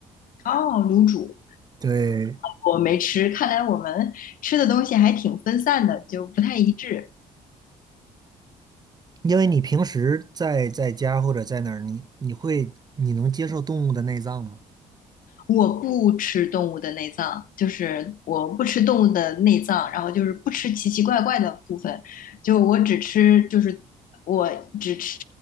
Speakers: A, on the left; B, on the right.
A: 哦，卤煮
B: 对，
A: 我没吃，看来我们吃的东西还挺分散的，就不太一致。
B: 因为你平时在在家或者在哪儿，你你会你能接受动物的内脏吗？
A: 我不吃动物的内脏，就是我不吃动物的内脏，然后就是不吃奇奇怪怪的部分，就我只吃就是我只吃